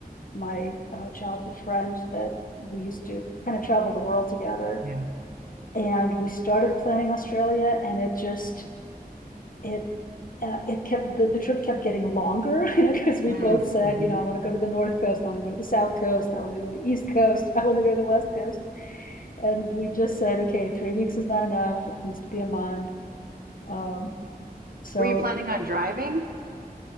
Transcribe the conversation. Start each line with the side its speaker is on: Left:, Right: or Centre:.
Left: my uh, childhood friend that we used to kind of travel the world together.
Right: Yeah.
Left: And we started planning Australia and it just, it, uh, it kept, the, the trip kept getting longer, <laughs> you know, because we
Right: Mm-hmm.
Left: both said, you know, I wanna go to the North Coast, I wanna go to the South Coast, I wanna go to the East Coast, I wanna go to the West Coast. And we just said, okay, three weeks is not enough, it needs to be a month. Um, so
Right: Were you planning on driving?